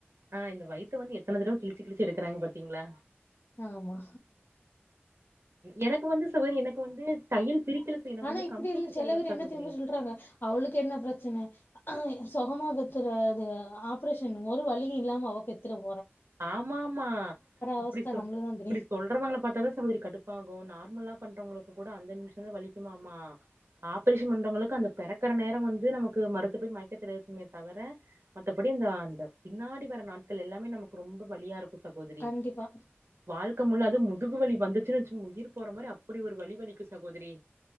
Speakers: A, on the right; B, on the left.
A: ஆ இந்த வயித்து வந்து எத்தன தறவ கிளிச்சி கிளிச்சி எடுக்கறாங்க பாத்தீங்களா
B: ஆமா
A: எனக்கு வந்து சுவர் எனக்கு வந்து தையல் பிரிக்கல சார், எனக்கு
B: ஆனா
A: வந்து
B: இப்படி
A: கம்ப்யூட்டர்
B: எல்லாம் செல
A: தையல
B: பேர்
A: சகோதரி
B: என்ன தெரியுமா சொல்றாங்க அவளுக்கு என்ன பிரச்சனை சுகமா பெத்துற இது ஆப்ரேஷன் ஒரு வழி இல்லாம ஓகே பெத்துரும்
A: ஆமா ஆமா இப்படி
B: அவஸ்த
A: சொ
B: நம்மளுக்கு தான்
A: இப்படி
B: தெரியும்
A: சொல்றவங்கள பார்த்தா தான் சகோதரி கடுப் பாகும் நார்மலா பண்றவங்களுக்கு கூட அந்த நிமிஷம் தான் வலிக்குமமா ஆபரேஷன் பண்றவங்களுக்கு அந்த பிறக்கிற நேரம் வந்து நமக்கு மருத்து போய் மயக்கத்தில் இருக்குமே தவர மத்தபடி அந்த அந்த பின்னாடி வர நாட்கள் எல்லாமே நமக் கு ரொம்ப வழியா இருக்கும் சகோதரி
B: கண்டிப்பா
A: வாழ்க்கை முழு அது முதுகுவலி வந்து சச்சனச்சம் உயிர் போற மாதிரி அப்படி ஒரு வழி வலிக்கும் சகோதரி